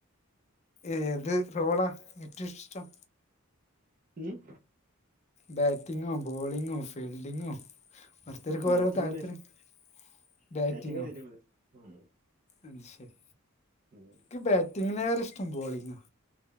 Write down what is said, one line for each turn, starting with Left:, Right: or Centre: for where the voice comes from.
Left: ഏത് റോളാ ഏറ്റും ഇഷ്ടം?
Right: ഉം
Left: ബറ്റിങ്ങും, ബോളിങ്ങോ ഫീൽഡിങ്ങും ഒര്ത്തർക്കോരോ
Right: ഉം ബാറ്റിംഗാണ്
Left: താല്പര്യ <unintelligible> ഡയറ്റിങ്ങോ?
Right: ബാറ്റിംഗാണ് ഏറ്റവും കൂടുതൽ ഉം
Left: അത് ശരി
Right: <unintelligible>
Left: എനിക്ക് ബാറ്റിംഗിനേറെഷ്ടം ബോളിംഗ